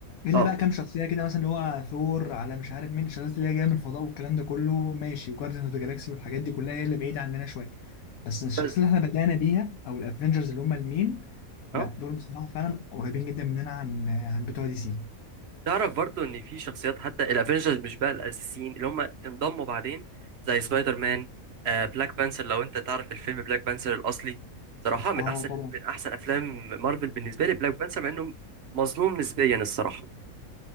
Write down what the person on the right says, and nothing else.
اه
بس.
اه
تعرف برضو ان في شخصيات حتى الافينجرز مش بقى الاساسيين اللي هم انضموا بعدين زي سبايدر مان آه بلاك بانثر لو انت تعرف الفيلم بلاك بانثر الاصلي صراحة من
احسن
من احسن افلام مارفل بالنسبة لي بلاك بانثر مع انه مظلوم نسبيا الصراحة